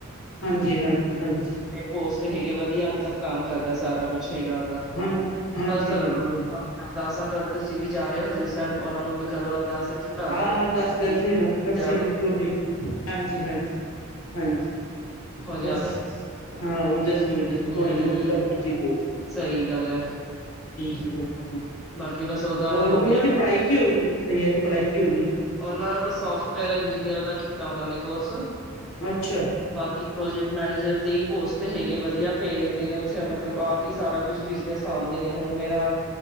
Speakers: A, on the left; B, in the centre.
A: ਹਾਂਜੀ ਹਾਂਜੀ ਹਾਂਜੀ
B: ਪੋਸਟ ਹੈਗੇ ਵਧੀਆ ਮਤਲਬ ਕੰਮ ਕਰਦਾ ਸਾਰਾ ਕੁਛ ਹੈਗਾ।
A: ਹਾਂ ਹਾਂਜੀ
B: ਬਸ
A: ਹਾਂਜੀ
B: ਅਰਦਾਸਾਂ ਕਰਦੇ ਤੁਸੀਂ ਵੀ ਜਾ ਰਹੇ ਹੋ ਹਜ਼ੂਰ ਸਾਹਿਬ ਉਹਨਾਂ ਨੂੰ ਵੀ ਕਰੋ ਅਰਦਾਸ। ਕਿ ਭਰਾ
A: ਹਾਂ
B: ਦਾ
A: ਅਰਦਾਸ ਕਰ
B: ਵੀ ਹੋ
A: ਸੀ ਨਾ ਕਰਸੀ
B: ਜਾਵੇ
A: ਨਾ ਕਿਉਂ ਨਹੀਂ ਹਾਂਜੀ ਹਾਂਜੀ। ਹਾਂਜੀ
B: ਹੋ
A: ਬਸ
B: ਜਾਵੇ
A: ਹਾਂ ਉਹ ਜਸੀ। ਜਦ
B: ਹੂੰ
A: ਥੋੜੇ ਦਿਨ ਸਭ ਕੁਝ ਹੀ ਹੋਈ
B: ਸਹੀ ਗੱਲ ਹੈ
A: ਸੀ ਹਮ ਹ।
B: ਬਾਕੀ ਬਸ ਉਹਦਾ
A: ਹੋਰ
B: ਹੋ
A: ਉਹਨਾਂ
B: ਗਿਆ
A: ਦੀ ਪੜ੍ਹਾਈ ਕੀ ਹੋ ਗਈ ਬਈਆ ਦੀ ਪੜ੍ਹਾਈ ਕੀ ਹੋ ਗਈ?
B: ਉਹਨਾਂ ਦਾ ਸੋਫਟਵੇਅਰ ਇੰਜੀਨੀਅਰ ਦਾ ਕੀਤਾ ਉਹਨਾਂ ਨੇ ਕੋਰਸ।
A: ਅੱਛਾ।
B: ਬਾਕੀ ਪ੍ਰੋਜੈਕਟ ਮੈਨੇਜਰ ਤੇ ਹੀ ਪੋਸਟ ਹੈਗੇ ਵਧੀਆ ਪੇ ਲੈਂਦੇ ਨੇ ਉੱਥੇ ਮਤਲਬ ਆਪ ਸਾਰਾ ਕੁਛ ਬਿਜਨਸ ਸਾਂਭਦੇ ਨੇ ਹੁਣ ਮੇਰਾ